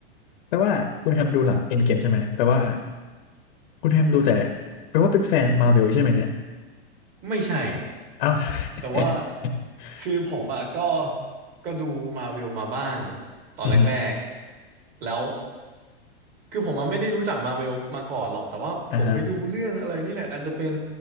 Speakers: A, on the left; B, on the right.
A: แปลว่าคุณแฮมดูหลังเอ็นเกมใช่ไหมแปลว่าคุณแฮมดูแต่แปลว่าเป็นแฟนมา r v เวลใช่ไหมเนี่ย
B: ไม่ใช่
A: เอ้า
B: แต่ว่า
A: <laughs>
B: คือผมอ่ะก็ก็ดูมาวิวมาบ้างตอนแรกๆแล้ว
A: อือฮึ
B: คือผมอ่ะไม่ได้รู้จักมาวิวมาก่อนหรอกแต่ว่าผมไปดูเรื่องอะไรนี่แหละอาจจะเป็น
A: อ่าฮะ